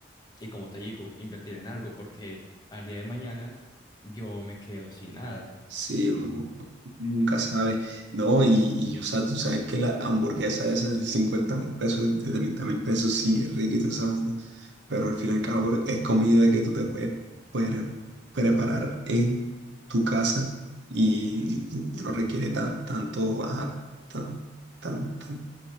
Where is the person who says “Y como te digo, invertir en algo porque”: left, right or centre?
Left